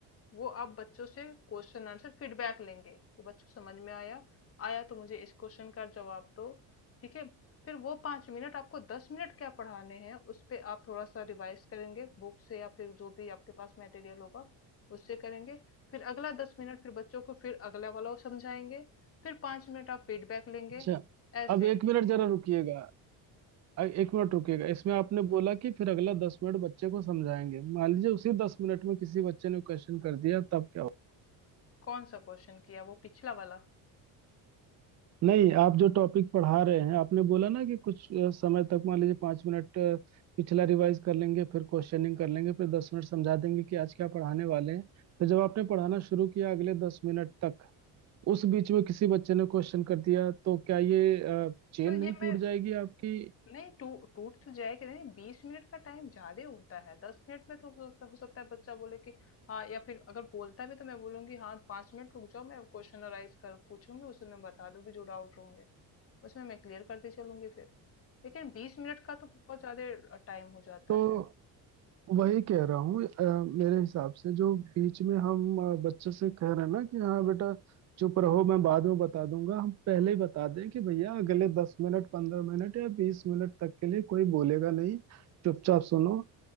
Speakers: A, on the left (about 35°); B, on the right (about 40°).
A: वो आप बच्चों से क्वेश्चन आंसर फीडबैक लेंगे कि बच्चों समझ में आया, आया तो मुझे इस क्वेश्चन का जवाब दो, ठीक है? फिर वो 5 मिनट आपको 10 मिनट क्या पढ़ाने हैं उस पे आप थोड़ा-सा रिवाइज करेंगे बुक से या फिर जो भी आपके पास मटेरियल होगा उससे करेंगे। फिर अगला 10 मिनट फिर बच्चों को फिर अगला वाला वो समझाएँगे, फिर 5 मिनट आप फीडबैक लेंगे,
B: अच्छा
A: ऐसे।
B: अब एक मिनट जरा रुकिएगा अ- एक मिनट रुकिएगा इसमें आपने बोला कि फिर अगला दस मिनट बच्चे को समझाएंगे मान लीजिए उसी दस मिनट में किसी बच्चे ने क्वेश्चन कर दिया तब क्या हो
A: कौन सा क्वेश्चन किया वो पिछला वाला
B: नहीं आप जो टॉपिक पढ़ा रहे हैं आपने बोला ना कि कुछ अ, समय तक मान लीजिए पाँच मिनट अ, पिछला रिवाइज कर लेंगे फिर क्वेश्चनिंग कर लेंगे फिर दस मिनट समझा देंगे कि आज क्या पढ़ाने वाले हैं तो जब आपने पढ़ाना शुरू किया अगले दस मिनट तक उस बीच में किसी बच्चे ने क्वेश्चन कर दिया तो क्या ये चेन
A: तो
B: नहीं
A: ये मैं
B: टूट जाएगी आपकी
A: नहीं टू टूट तो जाएगा नहीं बीस मिनट का टाइम ज्यादा होता है दस मिनट में तो हो सकता हो सकता है बच्चा बोले कि हाँ या फिर अगर बोलता भी तो मैं बोलूंगी हाँ पांच मिनट रुक जाओ मैं क्वेश्चनराइज कर पूछूंगी उसे मैं बता दूंगी जो डाउट होंगे उसमें मैं क्लियर करती चलूंगी फिर लेकिन बीस मिनट का तो बहुत ज्यादा टाइम हो जाता
B: तो
A: है
B: वही कह रहा हूँ अ, मेरे हिसाब से जो बीच में हम अ, बच्चे से कह रहे हैं ना कि हाँ बेटा चुप रहो मैं बाद में बता दूंगा हम पहले ही बता दें कि भैया अगले दस मिनट पंद्रह मिनट या बीस मिनट तक के लिए कोई बोलेगा नहीं चुपचाप सुनो